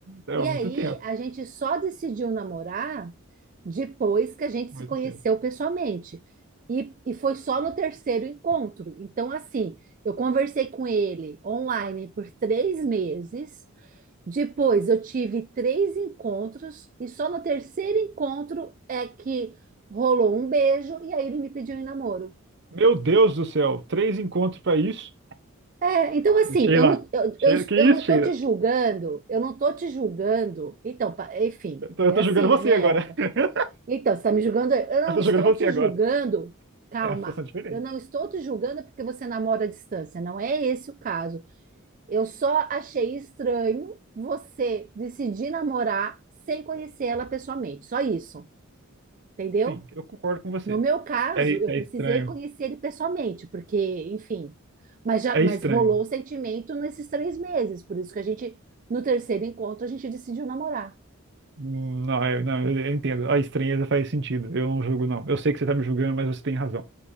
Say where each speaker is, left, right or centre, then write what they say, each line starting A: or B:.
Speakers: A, on the right; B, on the right.
A: É
B: E
A: muito
B: aí
A: tempo.
B: a gente só decidiu namorar depois que a gente
A: Muito
B: se conheceu
A: tempo.
B: pessoalmente. E, e foi só no terceiro encontro. Então, assim, eu conversei com ele online por três meses. Depois, eu tive três encontros. E só no terceiro encontro é que rolou um beijo. E aí, ele me pediu em namoro.
A: Meu Deus do céu, três encontros pra isso.
B: É, então assim,
A: Sheila.
B: eu não, eu,
A: Sheila.
B: eu,
A: Que
B: eu não
A: isso, Sheila?
B: tô te julgando, eu não tô te julgando. Então, pa- enfim,
A: Eu tô,
B: foi
A: eu tô
B: assim
A: julgando você
B: na minha
A: agora.
B: época.
A: <laughs>
B: Então, você está me julgando? Eu não
A: Eu tô
B: estou
A: jogando você
B: te
A: agora.
B: julgando. Calma,
A: É uma situação diferente.
B: eu não estou te julgando porque você namora à distância. Não é esse o caso. Eu só achei estranho você decidir namorar sem conhecer ela pessoalmente. Só isso, entendeu?
A: Sim, eu concordo com você.
B: No meu caso,
A: É,
B: eu
A: é
B: precisei
A: estranho.
B: conhecer ele pessoalmente, porque, enfim. Mas já,
A: É
B: mas
A: estranho.
B: rolou o sentimento nesses três meses. Por isso que a gente, no terceiro encontro, a gente decidiu namorar.
A: Hum, Não, é- não, eu eu entendo. A estranheza faz sentido. Eu não julgo, não. Eu sei que você tá me julgando, mas você tem razão.